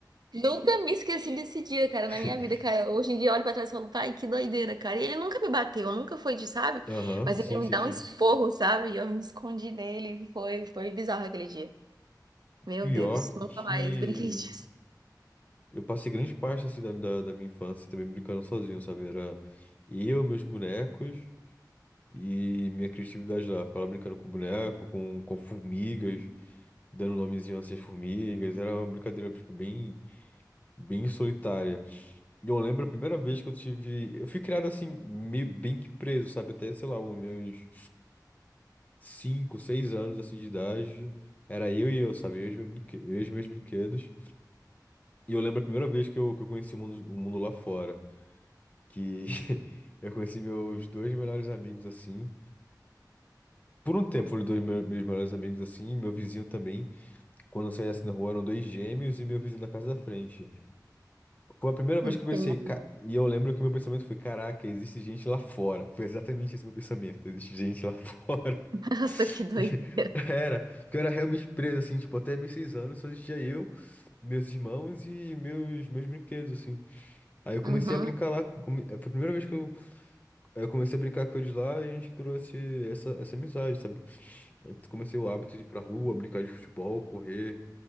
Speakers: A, on the right; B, on the left.
A: Nunca me esqueci desse dia, cara,
B: <laughs>
A: na minha vida, cara. Hoje em dia eu olho pra trás e falo, pai, que doideira, cara. E ele nunca me bateu, nunca foi de, sabe?
B: Aham,
A: Mas
B: sim,
A: ele me
B: sim,
A: dá
B: sim.
A: um esporro, sabe? E eu me escondi nele. Foi, foi bizarro aquele dia. Meu
B: Pior
A: Deus, nunca
B: que
A: mais brinquei disso.
B: eu passei grande parte assim da, da, da minha infância também brincando sozinho, sabe? Era eu, meus bonecos e minha criatividade lá. Ficava lá brincando com boneco, com, com formigas, dando nomezinho a essas formigas. Era uma brincadeira, tipo, bem. bem solitária. E eu lembro a primeira vez que eu tive. Eu fui criado assim, meio bem que preso, sabe? Até, sei lá, uns meus 5, 6 anos assim de idade. Era eu e eu, sabe? Eu e os meus brinque- eu e os meus brinquedos. E eu lembro a primeira vez que eu, que eu conheci o mundo, o mundo lá fora. Que <laughs> eu conheci meus dois melhores amigos assim. Por um tempo foram dois me- meus melhores amigos assim, meu vizinho também. Quando eu saía assim na rua eram dois gêmeos e meu vizinho da casa da frente. Foi a primeira vez
A: Entendi.
B: que eu pensei, ca- e eu lembro que meu pensamento foi, caraca, existe gente lá fora. Foi exatamente esse meu pensamento, existe gente lá <laughs> fora.
A: <laughs> Nossa, que doideira.
B: E Era, porque eu era realmente preso, assim, tipo, até meus seis anos só existia eu, meus irmãos e meus, meus brinquedos, assim. Aí eu comecei
A: Uhum.
B: a brincar lá, come- é, foi a primeira vez que eu, eu comecei a brincar com eles lá, a gente criou esse, essa, essa amizade, sabe? Eu comecei o hábito de ir pra rua, brincar de futebol, correr,